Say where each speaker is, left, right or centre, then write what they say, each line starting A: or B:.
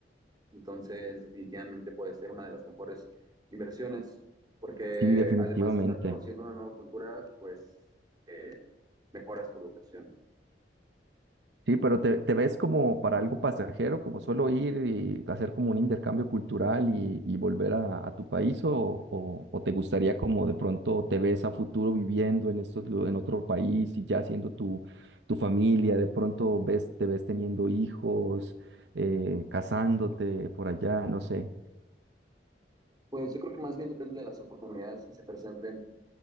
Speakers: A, on the right; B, on the right.
A: Entonces, definitivamente puede ser una de las mejores inversiones, porque
B: Sí, definitivamente.
A: además de estar conociendo una nueva cultura, pues eh, mejoras tu locación.
B: Sí, pero te, te ves como para algo pasajero, como solo ir y hacer como un intercambio cultural y, y volver a, a tu país, o, o, o te gustaría como de pronto te ves a futuro viviendo en estos, lu- en otro país y ya siendo tu, tu familia, de pronto ves, te ves teniendo hijos, eh, casándote por allá, no sé.
A: Pues yo creo que más bien depende de las oportunidades que se presenten,